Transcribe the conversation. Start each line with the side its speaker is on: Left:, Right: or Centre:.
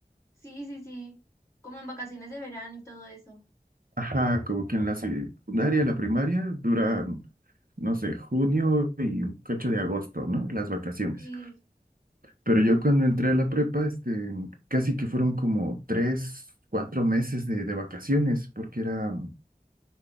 Left: Sí, sí, sí. Como en vacaciones de verano y todo eso.
Right: Ajá, como que en la secundaria, la primaria, duran, no sé, junio y un cacho de agosto, ¿no? Las vacaciones.
Left: Sí.
Right: Pero yo cuando entré a la prepa, este, casi que fueron como tres, cuatro meses de, de vacaciones, porque era